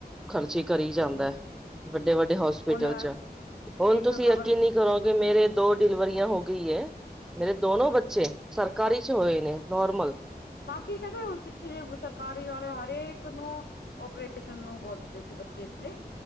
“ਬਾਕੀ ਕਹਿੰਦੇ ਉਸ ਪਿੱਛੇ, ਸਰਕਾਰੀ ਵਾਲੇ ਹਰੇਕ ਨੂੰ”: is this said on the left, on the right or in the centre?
Left